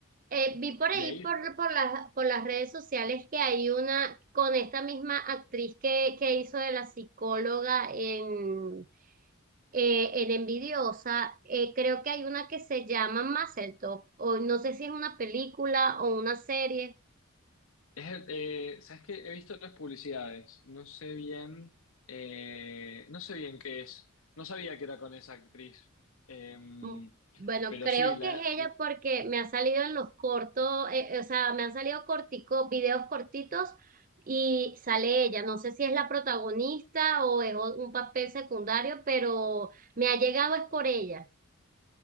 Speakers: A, on the right; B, on the left.
A: Eh, vi por ahí,
B: De ahí,
A: por, por las, por las redes sociales, que hay una con esta misma actriz que, que hizo de la psicóloga en, eh, en Envidiosa, eh, creo que hay una que se llama Mazel Tov, o no sé si es una película o una serie
B: Es el- eh, ¿sabes qué? He visto las publicidades, no sé bien, eh, no sé bien qué es, no sabía que era con esa actriz, Em,
A: Mm, Bueno,
B: pero
A: creo
B: sí, la,
A: que es ella porque me ha salido en los cortos, eh, eh, o sea, me han salido cortico, videos cortitos y sale ella. No sé si es la protagonista o es o- un papel secundario, pero me ha llegado es por ella.